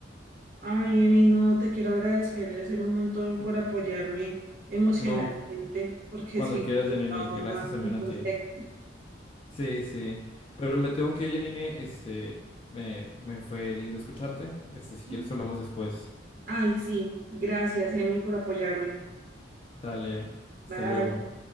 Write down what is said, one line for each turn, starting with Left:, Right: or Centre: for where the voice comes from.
Right: Ay, Emi, no, te quiero agradecer un montón por apoyarme emocionalmente,
Left: No, cu-
Right: porque
Left: cuando
Right: sí
Left: quieras,
Right: necesitaba
Left: Janine, y gracias
Right: una-
Left: también
Right: un consejo.
Left: a ti. Sí, sí. Pero me tengo que ir, Janine. Este, me, me fue lindo escucharte. Este, si
Right: <laughs>
Left: quieres hablamos después.
Right: Ay, sí, gracias, Emi, por apoyarme.
Left: Dale, hasta
Right: Bye.
Left: luego.